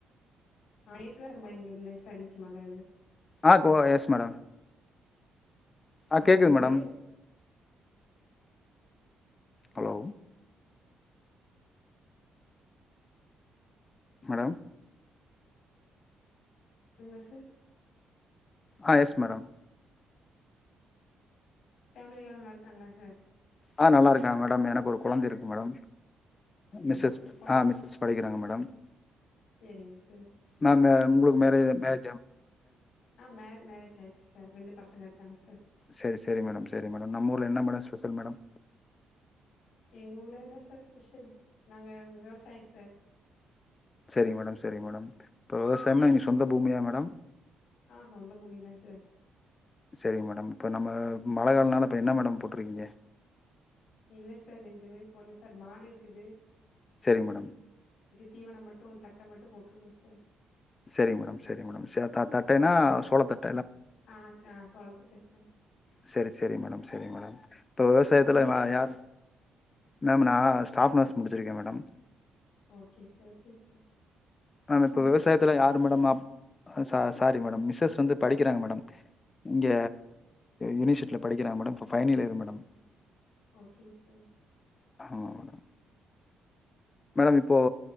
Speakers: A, on the left (about 75°); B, on the left (about 30°).
A: ஆ ஏத்துல இரும இங்க இல்ல சன்னிக்கு மழ இல்ல
B: ஆ கோ எஸ் மேடம் ஆஹ்
A: ஆ
B: கேக்குது
A: நா
B: மேடம்
A: வெளிய
B: ஹலோ மேடம்
A: ங்களா சார்
B: ஆஹ் எஸ் மேடம்
A: ஃபேமிலி எல்லா நல்லா இருக்காங்களா சார்
B: ஆஹ் நல்லா இருக்காங்க மேடம் எனக்கு ஒரு கொழந்தை இருக்கு மேடம்
A: அப்டிங்களா
B: மிஸ்ஸஸ்
A: சார் பொண்ணு
B: ஆ மிஸ்ஸஸ் படிக்கிறாங்க மேடம்
A: சேரிங்க சார்
B: நா மே உங்களுக்கு மேரே மேரே
A: ஆஹ் மே மேரேஜ் ஆயிச்சு சார் ரெண்டு பசங்க இருக்காங்க சார்
B: சரி சரி மேடம் சரி மேடம் நம்மூர்ல என்ன மேடோ ஸ்பெசல் மேடம்
A: எங்க ஊர்ல என்ன சார் ஸ்பெஷல் நாங்க விவசாயோ சார்
B: சரி மேடம் சரி மேடம் இப்ப விவசாயம்னா சொந்த பூமியா மேடம்
A: ஆஹ் சொந்த பூமிதா சார்
B: சரிங்க மேடம் இப்ப நம்ம மழை காலனால இப்ப என்ன மேடம் போட்ருக்கீங்க
A: இல்ல சார் எதுமே போட்ல சார் மாடு இருக்குது
B: சரிங் மேடம்
A: தீவனோ மட்டு தட்ட மட்டு போட்ருக்கோ சார்
B: சரிங் மேடம் சரிங் மேடம் ச தத தட்டைன்னா சோள தட்
A: ஆ ஆ சோளத்தட்ட சார்
B: சரி சரி மேடம் சரி மேடம் இப்ப விவசாயத்துல
A: உங்க நீங்க
B: வா
A: என்ன
B: யா மேடம் நா ஸ்டாஃப் நர்ஸ் முடிச்சிருக்கே madam
A: okay sir okay sir
B: ஆ இப்போ
A: உங்க
B: விவசாயத்துல
A: மிஸ்ஸஸ்
B: யாரு மேடம் அப் ஆ சா சாரி மேடம் மிஸ்ஸஸ் வந்து படிக்கிறாங்க மேடம் இங்க யூனிசிட்ல படிக்கிறாங்க மேடம் இப்ப final year madam
A: okay sir
B: ஆமா மேடம் மேடம் இப்போ